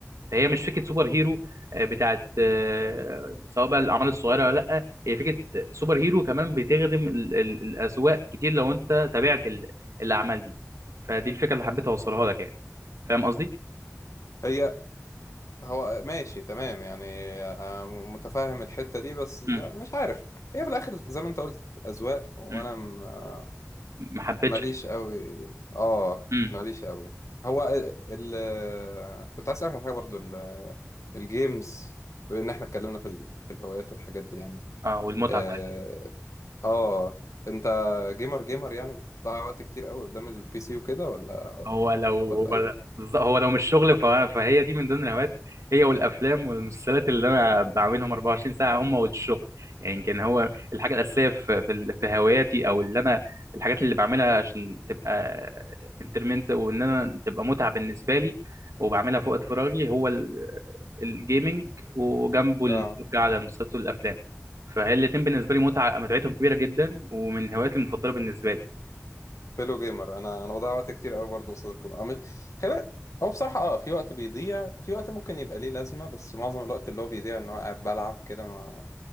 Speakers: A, on the right; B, on the left.
A: فهي مش فكره سوبر هيرو آه، بتاعت آه، سواء بقى الاعمال الصغيره ولا لا هي فكره سوبر هيرو كمان بتخدم ال- ال- الاذواق كتير لو انت تابعت ال- الاعمال دي فدي الفكره اللي حبيت اوصلها لك يعني فاهم قصدي؟
B: هي هو ماشي تمام يعني آه، متفاهم الحتة دي بس يعني
A: مم.
B: مش عارف هي في الاخر زي ما انت قلت اذواق وانا
A: مم.
B: م- آه،
A: ما حبيتش
B: ماليش قوي اه
A: مم.
B: ماليش قوي هو ال ال- كنت عايز اسالك على حاجه برضو ال- الجيمز بما ان احنا اتكلمنا في ال- في الهوايات والحاجات دي يعني
A: اه والمتعه
B: آه، اه انت جيمر جيمر يعني بتضيع وقت كتير قوي قدام البي سي وكده ولا
A: هو لو هو
B: ولا
A: بالظ-
B: ايه
A: هو لو مش شغل فه- فهي دي من ضمن الهوايات هي والافلام والمسلسلات اللي انا بعملهم 24 ساعه هم والشغل يعني يمكن هو الحاجه الاساسيه في في ال- في هواياتي او اللي انا الحاجات اللي بعملها عشان تبقى انترمنت وان انا تبقى متعه بالنسبه لي وبعملها في وقت فراغي هو ال- الجيمنج وجنبه الفرجه
B: اه
A: على مسلسلات والافلام فهي الاتنين بالنسبه لي متعه متعتهم كبيره جدا ومن هواياتي المفضله بالنسبه لي
B: فيلو جيمر انا انا بضيع وقت كتير قوي برضه قصاد الكمبيوتر عامل خلي بالك هو بصراحه اه في وقت بيضيع في وقت ممكن يبقى ليه لازمه بس معظم الوقت اللي هو بيضيع ان هو قاعد بلعب كده ما...